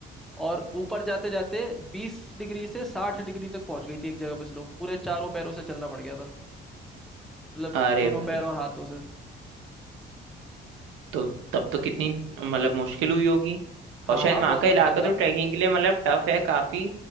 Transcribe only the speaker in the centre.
और ऊपर जाते जाते बीस डिग्री से साठ डिग्री तक पहुंच गई थी एक जगह पे स्लोप पूरे चारों पैरों से चलना पड़ गया था मतलब
दोनों
पैर और हाथों से
हाँ
हाँ
बहुत
मुश्किल
था